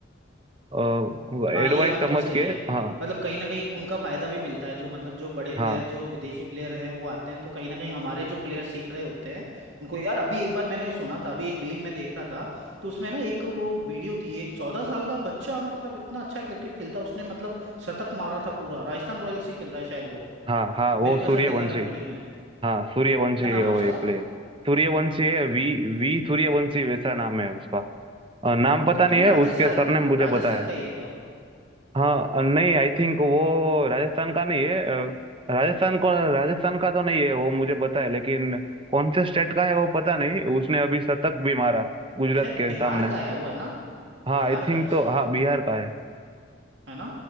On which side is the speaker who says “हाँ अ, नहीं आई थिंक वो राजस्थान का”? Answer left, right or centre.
Right